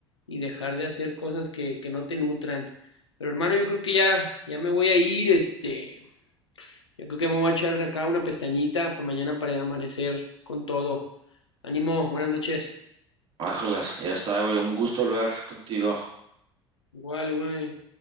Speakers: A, on the left; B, on the right.
A: y dejar de hacer cosas que, que no te nutran. Pero hermano, yo creo que ya, ya me voy a ir, este, yo creo que me voy a echar acá una pestañita para mañana para amanecer con todo. Ánimo, buenas noches.
B: Ájalas, ya está, güey. Un gusto hablar contigo.
A: Igual, güey.